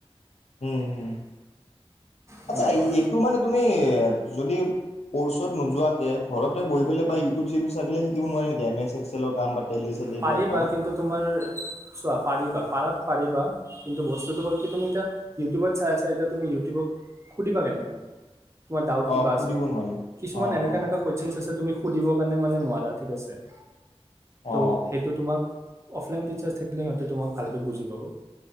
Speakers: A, on the left; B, on the right.
A: উম হম।
B: সেনেকুৱা
A: আচ্ছা এইটো মানে তুমি যদি কোৰ্চত নোযোৱাকে ঘৰতে বহি পেলাই বা ইউটিউব চিউটিউব চাই পেলাই শিকিব নোৱাৰি নেকি এম্ এস্ এক্সেলৰ কাম বা টেলি চেলি এইবিলাক
B: পাৰিবা।
A: কাম?
B: কিন্তু তোমাৰ চোৱা, পাৰিবা। পাৰা পাৰিবা। কিন্তু বস্তুটো হ'ল কি তুমি এতিয়া ইউটিউবত চাই আছা। এতিয়া তুমি ইউটিউবক সুধিবা কেনেকৈ? তোমাৰ ডাউট
A: অ
B: কিবা
A: সুধিব
B: আছে।
A: নোৱাৰিম
B: কিছুমান
A: অ
B: এনেকা
A: অ
B: এনেকা কুৱেচনছ আছে তুমি সুধিব কাৰণে মানে নোৱাৰা ঠিক আছে। তো
A: অ
B: সেইটো তোমাক অফলাইন টিচাৰ্ছ থাকিলে সিহঁতে তোমাক ভালকে বুজি পাব।